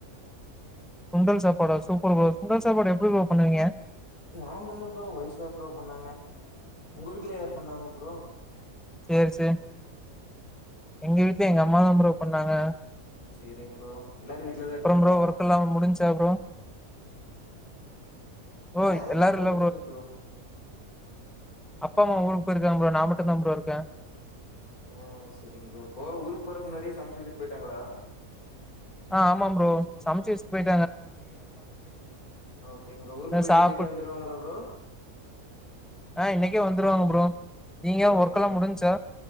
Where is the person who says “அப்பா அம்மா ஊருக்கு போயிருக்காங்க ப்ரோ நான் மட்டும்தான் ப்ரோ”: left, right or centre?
Centre